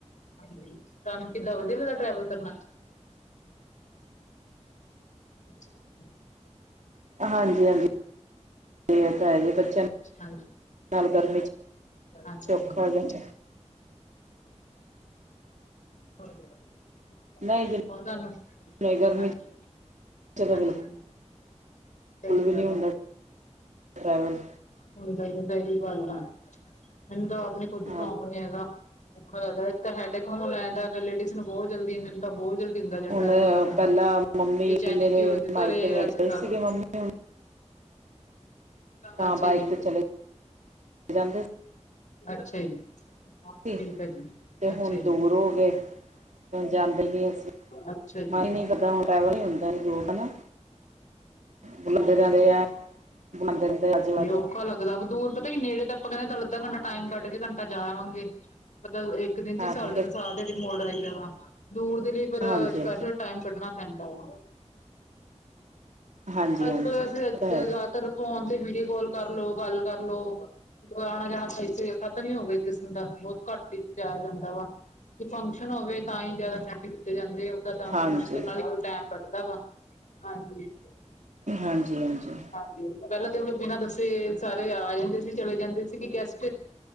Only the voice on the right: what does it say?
ਹਾਂਜੀ ਹਾਂਜੀ ਇਹ ਤਾਂ ਹੈ ਹੀ ਜੇ ਬੱਚੇਆ
ਨਾਲ ਗਰਮੀ ਚ
ਔਖਾ
ਹੋ ਜਾਂਦਾ
<unintelligible>
ਬਿਲਕੁੁਲ ਵੀ
ਨਹੀਂ ਹੁੰਦਾ
ਟ੍ਰੈਵਲ
ਹਾਂ
ਹੁਣ
ਪਹਿਲਾਂ ਮੰਮੀ
ਮੇਰੇ
ਮਾਇਕੇ
ਨੇੜੇ
ਸੀਗੇ ਮੰਮੀ ਹੁਣ ਤਾਂ
ਬਾਈਕ
ਤੇ ਚਲੇ ਜਾਂਦੇ
ਸੀ
ਤੇ
ਹੁਣ
ਦੂਰ
ਹੋ ਗਏ ਤੇ ਹੁਣ ਜਾਂਦੇ ਨਹੀਂ ਅਸੀਂ
ਮਨ
ਨਹੀਂ ਕਰਦਾ ਹੁਣ ਟਰੈਵਲ ਨਹੀਂ ਹੁੰਦਾ ਦੂਰ ਹਨਾ ਬੁਲਾਉਂਦੇ ਰਹਿੰਦੇ ਆ ਬੁਲਾਉਂਦੇ ਰਹਿੰਦੇ ਆ ਆਜੋ ਆਜੋ
ਹਾਂਜੀ
ਹਾਂਜੀ
ਹਾਂਜੀ
ਹਾਂਜੀ ਹਾਂਜੀ
ਇਹ ਤਾਂ ਹੈ
ਜੀ।
ਹਾਂਜੀ
ਹਾਂਜੀ-ਹਾਂਜੀ।